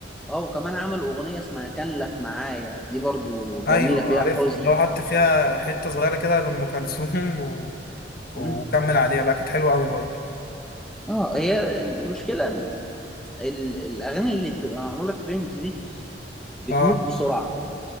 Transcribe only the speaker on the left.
ايوه
عارفها
اللي هو حط فيها حته صغيره كده لام كلثوم و...
وكمل عليها لا كانت حلوه قوي برضو
اه